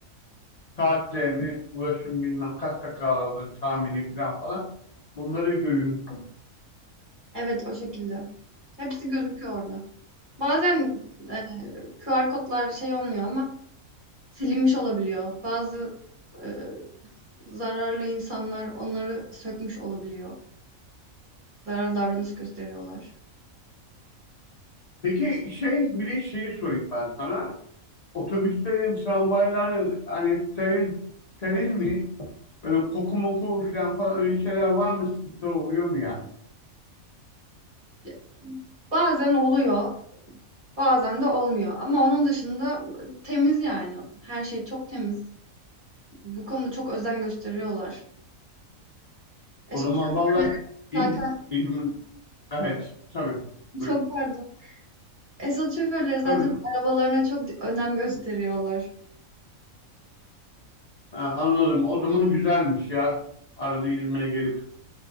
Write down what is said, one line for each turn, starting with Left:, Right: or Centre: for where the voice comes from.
Left: Saatlerini, ulaşım bilmem kaç dakikalardır tahmini falan falan. Bunları görüyorsun.
Right: Evet, o şekilde. Hepsi gözüküyor orada. Bazen, eee, QR kodlar şey olmuyor ama silinmiş olabiliyor. Bazı, eee, zararlı insanlar onları sökmüş olabiliyor. Zararlı davranış gösteriyorlar.
Left: Peki şey bir de şeyi sorayım ben sana. Otobüslerin, tramvayların hani steril, steril mi? Böyle koku moku falan falan öyle şeyler var mı? Sıkıntı oluyor mu yani?
Right: Ya bazen oluyor, bazen de olmuyor ama onun dışında temiz yani. Her şey çok temiz. Bu konuda çok özen gösteriyorlar. Esot
Left: O zaman
Right: şoför-
Left: vallahi
Right: zaten
Left: İz
Right: <laughs>
Left: İzmir, evet tabii. Buyur.
Right: Çok pardon. Esot şoförleri zaten
Left: Tabii canım.
Right: arabalarına çok önem gösteriyorlar.
Left: Ha, anladım. O zaman güzelmiş ya. Arada İzmir'e gelip